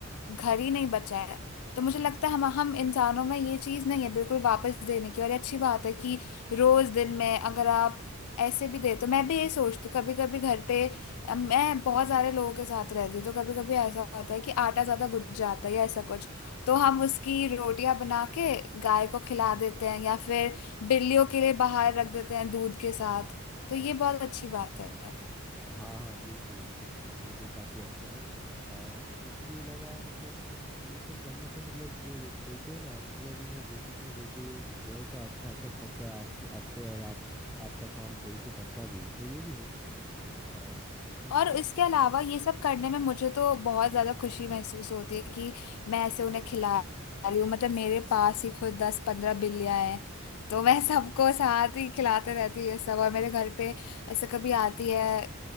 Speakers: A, on the left (about 90°); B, in the centre.
A: घर ही नहीं बचा है तो मुझे लगता है हम हम इंसानों में ये चीज नहीं है बिल्कुल वापस देने की और ये अच्छी बात है कि रोज दिन में अगर आप ऐसे भी दे तो मैं भी ये सोचती हूँ कभी कभी घर पे अ, मैं बहुत सारे लोगों के साथ रहती हूँ तो कभी कभी ऐसा होता है कि आटा ज्यादा गुज जाता है या ऐसा कुछ तो हम उसकी रोटियां बना के गाय को खिला देते हैं या फिर बिल्लियों के लिए बाहर रख देते हैं दूध के साथ तो ये बहुत अच्छी बात है
B: हाँ हाँ बिल्कुल ये तो काफी अच्छा है और इसके अलावा मतलब ये सब करने से मतलब जो बोलते हैं ना एस्ट्रोलॉजी में ज्योतिष में बोलते हैं ग्रहों का अच्छा असर पड़ता है आपके आप पे और आप आपका काम सही से बनता भी है तो ये भी है और इसके
A: और इसके अलावा ये सब करने में मुझे तो बहुत ज्यादा खुशी महसूस होती है कि मैं ऐसे उन्हें खिला रही हूँ मतलब मेरे पास ही खुद दस पंद्रह बिल्लियां हैं तो मैं सबको साथ ही खिलाते रहती हूँ ये सब और मेरे घर पे ऐसे कभी आती है